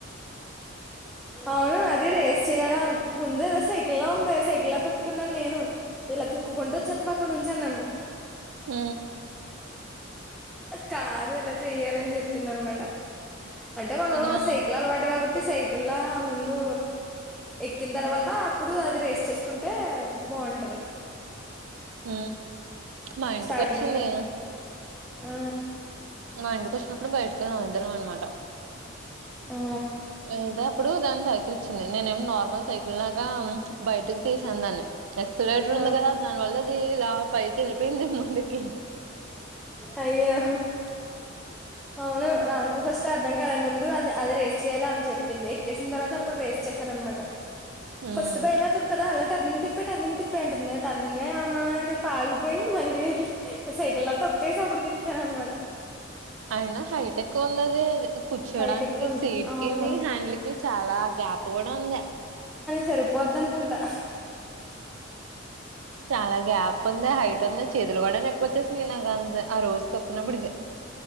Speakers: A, in the centre; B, on the right.
A: అవును అది రేస్ చేయాలా ఉ ముందేదో సైకిల్లా ఉంది సైకిలా తొక్కుతున్నాను నేను ఇలా తొక్కుకుంటూ వచ్చేత్తవా అక్కడినుంచి అన్నాను
B: ఉ
A: కాదు ఇలా చెయ్యాలని చెప్పింది అన్నమాట అంటే మనం
B: దాని
A: సైకిల్ అలవాటు కాబట్టి సైకిలా ముందు ఎక్కిన తర్వాత అప్పుడు అది రేస్ చేసుకుంటే బాగుంటది
B: హ మా ఇంటికి
A: స్టార్టింగే
B: వచ్చింది
A: ఆ
B: మా ఇంటికి వచ్చినప్పుడు బయటకెళ్లాం అందరం అన్నమాట
A: ఆ
B: వెళ్తే అప్పుడు దాని సైకిల్ ఇచ్చింది నేనేమి నార్మల్ సైకిల్ లాగా బయటకు తీసాను దాన్ని ఎక్సలేటర్ ఉంది
A: ఆ
B: కదా దానివల్ల అది ఇలా పైకి వెళ్ళిపోయింది ముందుకి
A: అయ్యో
B: ఆ
A: అవును నాకు ఫస్ట్ అర్ధం కాలా ముందు అది అది రేస్ చేయాల అని చెప్పింది ఎక్క్కేసిన తర్వాత అప్పుడు రేస్ చేసాను అన్నమాట
B: ఉమ్
A: ఫస్ట్ భయమెత్తది కదా అలా టర్నింగ్ తిప్ప టర్నింగ్ తిప్పేయి అంటుంది టర్నింగా ఏమన్ననా అని చెప్పి ఆగిపోయి మళ్ళీ వెళ్ళి సైకిల్లా తొక్కేసి అప్పుడు తిప్పానన్నమాట
B: అయినా హైట్ ఎక్కువుందది కూర్చోడానికి
A: హైట్ ఎక్కువ ఉంది
B: సీట్
A: అవును
B: కిని హ్యాండ్ల్ కి చాలా గ్యాప్ కూడా ఉంది
A: సరిపోద్ద అనుకుంటా
B: చాలా గ్యాప్ ఉంది హైట్ ఉంది చేతులు కూడా వచ్చేస్తున్నాయి సునీనా గాంధీ ఆ రోజు తొక్కినప్పుడిగా